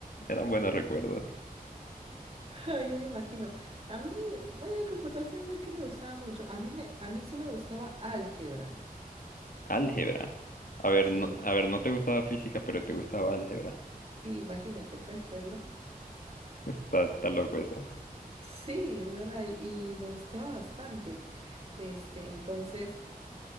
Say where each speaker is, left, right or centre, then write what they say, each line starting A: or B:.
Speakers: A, on the left; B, on the right.
A: Eran buenos recuerdos.
B: <laughs> Yo me imagino. A mí, bueno, de computación no es que me gustaba mucho. A mí, me, a mí sí me gustaba álgebra.
A: Álgebra. A ver,
B: Sí,
A: no, a ver, no te gustaba física, pero te gustaba álgebra.
B: sí, imagínate, ¿puedes creerlo?
A: Está, está loco eso.
B: Sí, de verdad, y, y me gustaba bastante. Este, entonces.